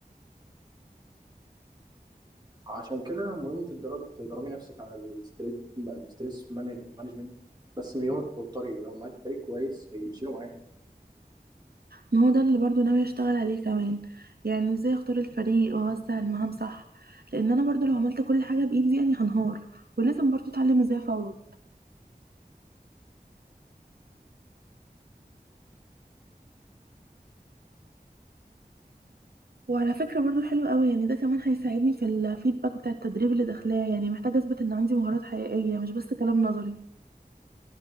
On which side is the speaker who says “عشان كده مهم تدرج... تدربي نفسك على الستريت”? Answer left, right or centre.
Right